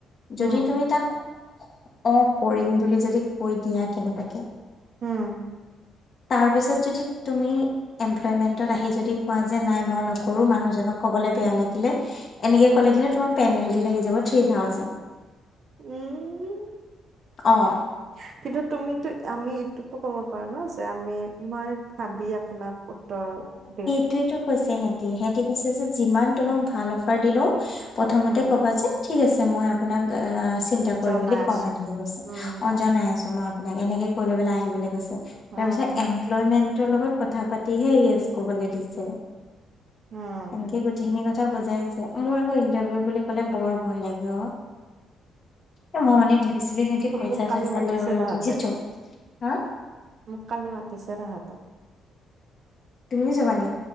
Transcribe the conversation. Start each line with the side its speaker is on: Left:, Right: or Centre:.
Right: হুম,
Left: যদি তুমি তাত অ, কৰিম বুলি যদি কৈ দিয়া, কেনেবাকে
Right: উম।
Left: তাৰপিছত, যদি তুমি এমপ্লয়মেণ্টত আহি যদি কোৱা যে, নাই, মই নকৰোঁ। মানুহজনক ক'বলৈ বেয়া লাগিলে এনেকে
Right: উম,
Left: ক'লে, কিন্তু তোমাক পেনাল্টি লাগি যাব, থ্ৰী থাউজেণ্ড।
Right: উম।
Left: অ
Right: কিন্তু তুমিতো আমি এইটোতো ক'ব পাৰোঁ ন, যে আমি মই ভাবি আপোনাক উত্তৰ দিম।
Left: সেইটোৱেটো কৈছে সেতি সেতি কৈছে যে যিমান তোমাক ভাল অফাৰ দিলেও, প্ৰথমতে
Right: উম
Left: ক'বা যে ঠিক আছে মই আপোনাক আ চিন্তা
Right: জনাই
Left: কৰি মেলি
Right: আছো
Left: কম এনেকে কৈছে,
Right: উম
Left: অ জনাই আছোঁ মই আপোনাক এনেকে কৈ লৈ পেলাই আহিবলৈ কৈছে। তাৰ পিছত
Right: উম
Left: এমপ্লয়মেন্টৰ লগত কথা পাতিহে ইয়েচ কবলে দিছে।
Right: উম।
Left: এনেকে গোটেইখিনি কথা বুজাইছে মোৰ আকৌ ইণ্টাৰভিউ বুলি ক'লে বৰ ভয় লাগে অ। এ মই মানে ভাবিছিলোঁ সিহঁতি পইচা-চইচা
Right: মোক কালি মাতিছে
Left: লৈ
Right: তাহাঁতে
Left: জব হা
Right: মোক কালি মাতিছে তাঁহাতে।
Left: তুমিও যাবা নি